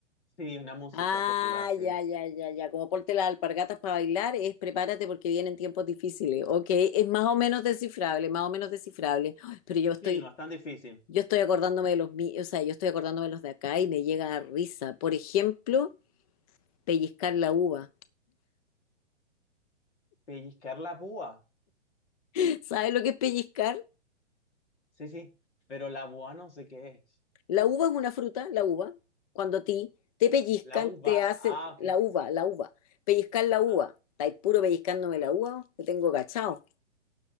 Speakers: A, on the left; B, on the left.
A: Sí, una música
B: Ah,
A: popular, sí.
B: ya, ya, ya, ya. Como ponte las alpargatas para bailar, es prepárate porque vienen tiempos difíciles. Ok, es más o menos descifrable, más o menos descifrable. Ay, Pero yo estoy
A: Sí, no es tan difícil.
B: Yo estoy acordándome de los míos, o sea, yo estoy acordándome de los de acá y me llega a risa. Por ejemplo, pellizcar la uva.
A: Pellizcar la búa.
B: <laughs> ¿Sabes lo que es pellizcar?
A: Sí, sí, pero la boa no sé qué es.
B: La uva es una fruta, la uva. Cuando a ti te pellizcan,
A: La uva.
B: te hacen
A: Ah, ok,
B: la
A: ok.
B: uva, la uva. Pellizcar la
A: Ajá.
B: uva. Estáis puro pellizcándome la uva, te tengo cachado.